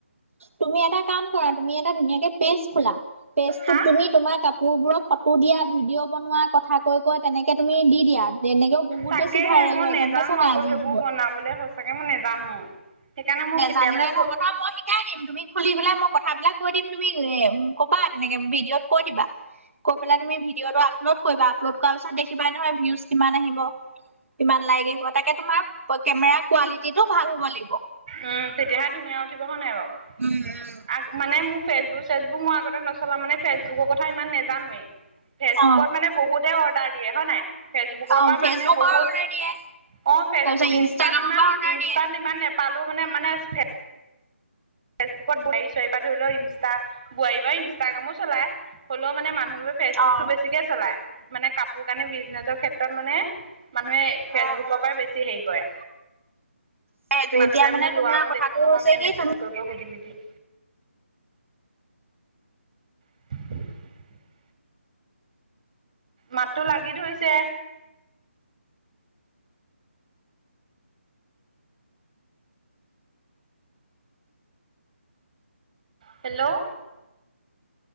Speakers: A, on the right; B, on the right.
A: তুমি এটা কাম কৰা তুমি এটা ধুনীয়াকে পেজ খোলা পেজটোত
B: হা
A: তুমি তোমাৰ কাপ- পুৰবোৰৰ ফটো দিয়া ভিডিঅ' বনোৱা কথা কৈ কৈ তেনেকে তুমি দি দিয়া, তেনেকেও বহুত
B: তাকেহে
A: বেছি ভাইৰেল
B: মই
A: হয়
B: নেজানো
A: গম পাইছা নাই
B: আকৌ
A: আজিৰ
B: সেইবোৰ
A: যুগত
B: বনাবলে সঁচাকে মই নেজানো। সেইকাৰণে মোৰ
A: নেজানিলে
B: কেতিয়াবাহে ফোট-
A: নহ'ব নহয় মই শিকাই দিম তুমি খুলি পেলাই মই কথাবিলাক কৈ দিম তুমি এ ক'বা তেনেকে ভিডিঅ'ত কৈ দিবা। কৈ পেলাই তুমি ভিঅ'টো আপলোড কৰিবা আপলোড কৰাৰ পিছত দেখিবাই নহয় ভিউজ কিমান আহিব। কিমান লাইক আহিব তাকে তোমাৰ কেমেৰা কোৱালিটি টো ভাল হব লাগিব।
B: উম তেতিয়াহে ধুনীয়া উঠিব হয় নাই বাও।
A: উম।
B: আগ মানে মোৰ ফেচবুক চেচবুক মই আগতে নচলা মানে ফেচবুকৰ কথা ইমান নেজানোৱে। ফেচবুকত
A: উম অ
B: মানে বহুতে অৰ্ডাৰ দিয়ে হয় নাই ফেচবুকৰ
A: অ
B: পৰা
A: ফেচবুকৰ
B: মানুহে বহুত
A: অৰ্ডাৰ দিয়ে
B: অ ফেচবুক
A: তাৰপিছত ইনষ্টাগ্ৰামৰ
B: ইনষ্টাত ইমান
A: পৰা অৰ্ডাৰ
B: ইনষ্টাত
A: দিয়ে
B: ইমান নপালো মানে মানে ফেচ- ফেচবুকত বোৱাৰাই চোৱাৰি পা ধৰি লও ইনষ্টা বোৱাৰিবাই ইন- ইষ্টাগ্ৰামো চলাই হ'লেও মানে মানুহে ফেচবুকতটো
A: অ
B: বেছিকে চলায়। মানে কাপোৰ কানি বিজনেচৰ ক্ষেত্ৰত মানে মানুহে ফেচবুকৰ
A: অ', অ',
B: পৰা বেছি হেৰি কৰে।
A: সেইটো
B: মানুহবোৰে
A: এতিয়া
B: মানে লোৱা
A: তোমাৰ
B: মই
A: কথাটো
B: দেখো নহয়
A: হৈছে
B: মানে
A: কি
B: মেছেজ
A: তুমি
B: কৈ কৈ সুধি সুধি। <inaudible> মাত তো লাগি ধৰিছে। Hello